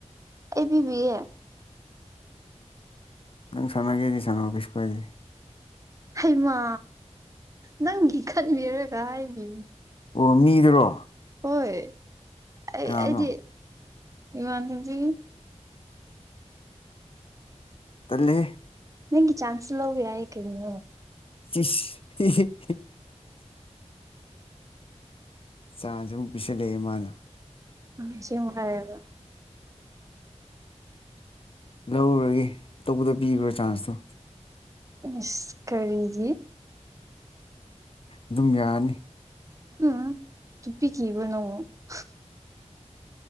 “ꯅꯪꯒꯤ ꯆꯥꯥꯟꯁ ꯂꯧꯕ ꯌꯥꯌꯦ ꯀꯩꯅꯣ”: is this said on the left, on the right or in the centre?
Right